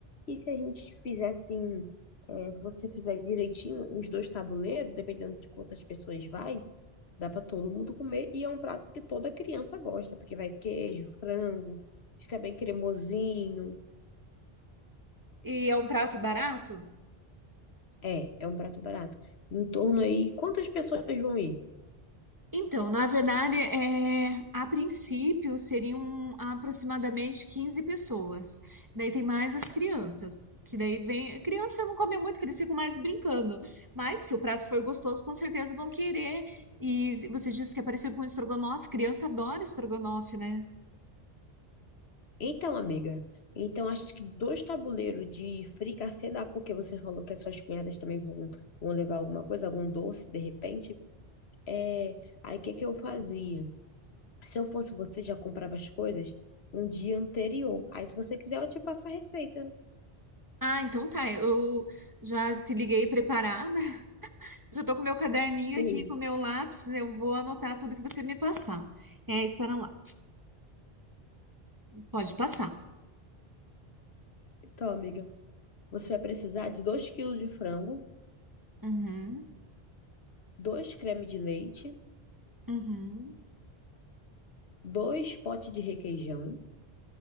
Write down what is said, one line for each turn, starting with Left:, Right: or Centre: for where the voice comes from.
Left: E se a gente fizer assim, eh, se você fizer direitinho, uns dois tabuleiros, dependendo de quantas pessoas vai, dá para todo mundo comer. E é um prato que toda criança gosta, porque vai queijo, frango, fica bem cremosinho.
Right: E é um prato barato?
Left: É, é um prato barato. Em torno aí, quantas pessoas vão ir?
Right: Então, na verdade, é, a princípio seriam aproximadamente 15 pessoas. Daí tem mais as crianças, que daí vem. Criança não come muito, que eles ficam mais brincando. Mas se o prato for gostoso, com certeza vão querer. E você disse que é parecido com estrogonofe. Criança adora estrogonofe, né?
Left: Então, amiga, então acho que dois tabuleiros de fricassê dá, porque você falou que as suas cunhadas também vão, vão levar alguma coisa, algum doce, de repente. É, aí o que é que eu fazia? Se eu fosse você, já comprava as coisas um dia anterior. Aí, se você quiser, eu te passo a receita.
Right: Ah, então tá. Eu já te liguei preparada. <laughs> Já tô com meu caderninho
Left: Sim.
Right: aqui, com meu lápis. Eu vou anotar tudo que você me passar. É, espera lá. Pode passar.
Left: Então, amiga, você vai precisar de 2 quilos de frango,
Right: Uhum,
Left: dois creme de leite,
Right: uhum,
Left: dois potes de requeijão,